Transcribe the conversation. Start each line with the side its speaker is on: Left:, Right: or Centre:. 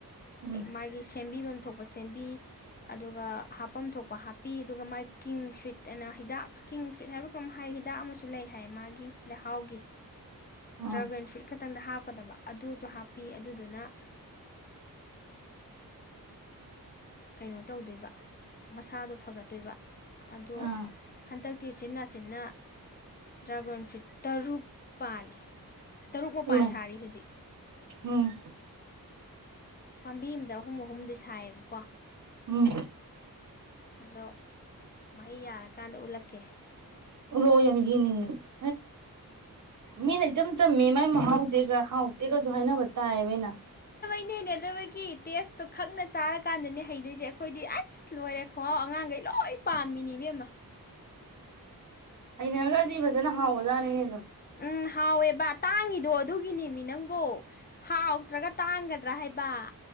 Right: ꯎꯝ
Left: ꯃꯥꯒꯤ ꯁꯦꯝꯕꯤꯐꯝ ꯊꯣꯛꯄ ꯁꯦꯝꯕꯤ ꯑꯗꯨꯒ ꯍꯥꯞꯄꯝ ꯊꯣꯛꯄ ꯍꯥꯞꯄꯤ ꯑꯗꯨꯒ ꯃꯥꯥꯏ ꯀꯤꯡꯡ ꯐ꯭ꯨꯔꯤꯠ ꯑꯅ ꯍꯤꯗꯥꯛ ꯀꯤꯡꯡ ꯐꯨꯔꯤꯠ ꯍꯥꯏꯕꯒ ꯍꯥꯏ ꯍꯤꯗꯥꯛ ꯑꯃꯁꯨ ꯂꯩ ꯍꯥꯏ ꯃꯥꯒꯤꯗꯥꯛꯍꯥꯎꯒꯤ
Right: ꯑꯥ
Left: ꯗꯔ꯭ꯥ ꯒꯟꯐꯔ꯭ꯨꯏꯠꯀꯥ ꯈꯤꯇꯪꯗ ꯍꯥꯞꯀꯗꯕ ꯑꯗꯨꯁꯨ ꯍꯥꯞꯄꯤ ꯑꯗꯨꯗꯨꯅ ꯀꯩꯅꯣ ꯇꯧꯗꯣꯏꯕ ꯃꯁꯥꯗꯣ ꯐꯒꯠꯇꯣꯏꯕ ꯑꯗꯣ
Right: ꯑꯥ
Left: ꯍꯟꯗꯛ ꯇꯤꯔꯁꯤꯟ ꯅꯥꯁꯤꯟꯅ ꯗ꯭ꯔꯥꯒꯟ ꯐ꯭ꯔꯨꯠ ꯇꯔꯨꯛꯄꯥꯦ ꯇꯔꯨꯛ ꯃꯄꯥꯟ
Right: ꯏꯃꯥꯏ
Left: ꯁꯥꯔꯤ ꯍꯧꯖꯤꯛ
Right: ꯎꯝ
Left: ꯄꯥꯝꯕꯤ ꯑꯃꯗ ꯑꯍꯨꯝ ꯑꯍꯨꯝꯗꯤ ꯁꯥꯏꯌꯦꯕꯀꯣ
Right: ꯎꯝ
Left: ꯑꯗꯣ ꯃꯍꯩ ꯌꯥꯜꯂꯀꯥꯟꯗ ꯎꯠꯂꯛꯀꯦ
Right: <unintelligible> ꯃꯤꯅ ꯏꯆꯝ ꯆꯝ ꯃꯤ ꯃꯥꯏ ꯃꯍꯥꯎꯁꯦꯒ ꯍꯥꯎꯇꯦꯒꯁꯨ ꯍꯥꯏꯅꯕ ꯇꯥꯌꯌꯦꯕ ꯑꯩꯅ
Left: ꯏꯩꯅ ꯍꯩꯅꯗꯕꯒꯤ ꯇꯦꯁꯇꯣ ꯈꯪꯅ ꯆꯥꯔꯀꯥꯟꯗꯅꯦ ꯍꯩꯗꯣꯏꯁꯦ ꯑꯩꯈꯣꯏꯗꯤ ꯑꯁ ꯂꯣꯏꯔꯦ ꯈꯣꯍꯥꯎ ꯑꯉꯥꯡꯈꯩ ꯂꯣꯏ ꯄꯥꯝꯃꯤꯅꯦ ꯏꯕꯦꯝꯃ
Right: ꯍꯩꯅꯉꯔꯒꯗꯤ ꯐꯖꯅ ꯍꯥꯎꯕꯖꯥꯅꯤꯅꯦ ꯑꯗꯨꯝ
Left: ꯎꯝ ꯍꯥꯎꯋꯦ ꯕ ꯇꯥꯡꯉꯤꯗꯣ ꯑꯗꯨꯒꯤꯅꯤꯃꯤ ꯅꯪꯕꯣ ꯍꯥꯎ ꯇ꯭ꯔꯒ ꯇꯥꯡꯒꯗ ꯔꯥ ꯍꯥꯏꯕ